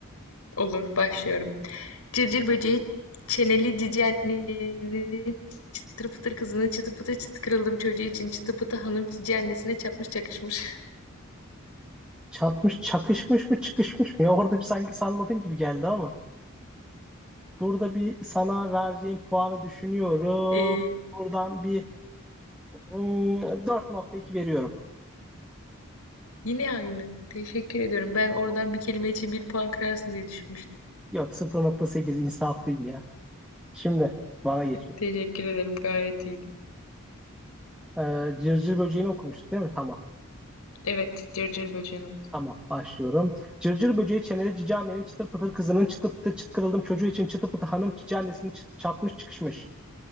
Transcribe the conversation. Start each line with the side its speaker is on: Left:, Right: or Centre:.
Left: Olur, başlıyorum. Cırcır böceği çeneli cici annenin Çıtır pıtır kızına çıtı pıtı çıtı kırıldım çocuğu için. Çıtı pıtı hanım cici annesine çapmış çakışmış. <laughs>
Centre: Çatmış, çakışmış mı, çıkışmış mı? Ya orada bir sanki salladın gibi geldi ama. Burada bir sana vereceğim puanı düşünüyorum.
Left: Ee,
Centre: Buradan bir hmm, dört nokta iki veriyorum.
Left: yine aynı. Teşekkür ediyorum. Ben oradan bir kelime için bir puan kırarsın diye düşünmüştüm.
Centre: Yok sıfır nokta sekiz insaflıyım ya. Şimdi bana geçiyor.
Left: Teşekkür ederim. Gayet iyiydi.
Centre: Ee, cırcır böceğini okumuştuk değil mi? Tamam.
Left: Evet. Cırcır bacanım.
Centre: Tamam başlıyorum. Cırcır böceği çeneli cici annenin çıtır pıtır kızının çıtı pıtı çıt kırıldım çocuğu için çıtı pıtı hanım cici annesini çıt- çatmış çıkışmış.